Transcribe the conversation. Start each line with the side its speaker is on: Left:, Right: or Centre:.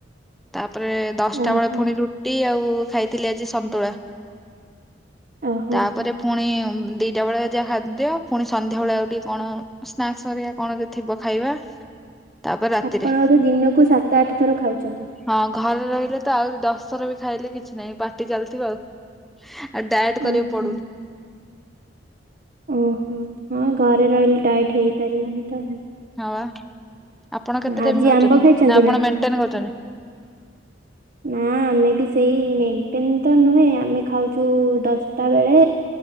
Centre: ତାପରେ ଦଶଟା
Right: ଓହୋ
Centre: ବେଳେ ଫୁଣି ରୁଟି ଆଉ ଖାଇଥିଲି ଆଜି ସନ୍ତୁଳା।
Right: ଓହୋ
Centre: ତାପରେ ଫୁଣି ଦିଟା ବେଳେ ଯାହା ଦିଅ ଫୁଣି ସନ୍ଧ୍ୟା ବେଳେ ଆଉ ଟିକେ କଣ ସ୍ନାକ୍ସ ହାରିକା କଣ ଯେ ଥିବ ଖାଇବା? ତାପରେ ରାତିରେ
Right: ଆପଣ ବୋଧେ ଦିନକୁ ସାତ ଆଠ ଥର ଖାଉଛନ୍ତି।
Centre: ହଁ ଘରେ ରହିଲେ ତ ଆହୁରି ଦଶଥର ବି ଖାଇଲେ କିଛି ନାହିଁ ପାଟି ଚାଲିଥିବ ଆଉ। ଆଉ ଡାଏଟ୍ କରିବାକୁ
Right: ଓହୋ
Centre: ପଡୁନି।
Right: ଓହୋ ହଁ ଘରେ ରହିଲି ଡାଇଟ୍ ହେଇପାରିବନି ତ ଆଉ।
Centre: ହଁ ବା ଆପଣ କେତେ
Right: ଆଜି
Centre: ଟାଇମ୍ ଖାଉଚନ୍ତି
Right: ଆମ୍ବ ଖାଇଛନ୍ତି
Centre: ନା ଆପଣ ମେଣ୍ଟେନ କରୁଚନ୍ତି।
Right: ନା ଆମେ ବି ସେଇ ମେଣ୍ଟେନ ତ ନୁହେଁ ଆମେ ଖାଉଚୁ ଦଶଟା ବେଳେ